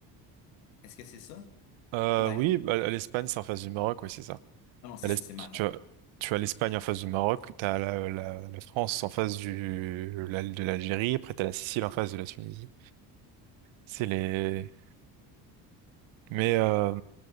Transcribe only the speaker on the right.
Euh,
oui, bah, l'Espagne, c'est en face du Maroc, oui, c'est ça.
À l'est,
tu as, tu as l'Espagne en face du Maroc, tu as la, la- la France en face du, la- de l'Algérie, après tu as la Sicile en face de la Tunisie. C'est les, Mais, euh,